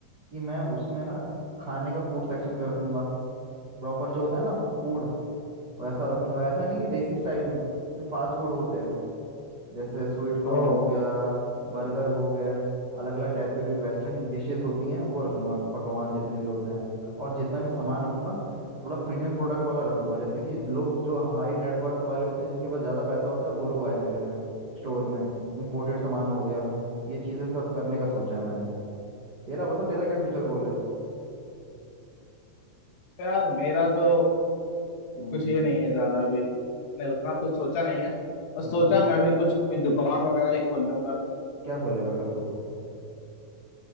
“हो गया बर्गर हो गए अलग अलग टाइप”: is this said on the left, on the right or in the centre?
Right